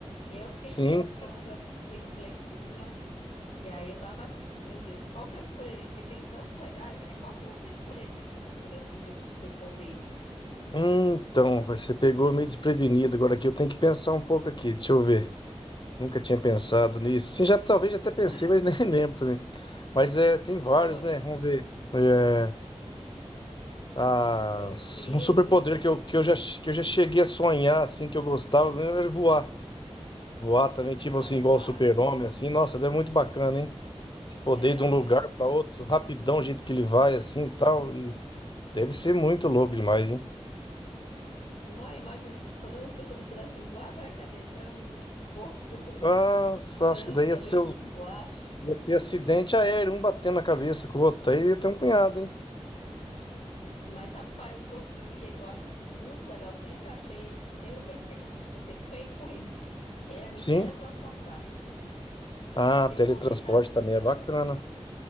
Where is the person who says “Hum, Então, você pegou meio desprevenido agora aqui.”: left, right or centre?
Left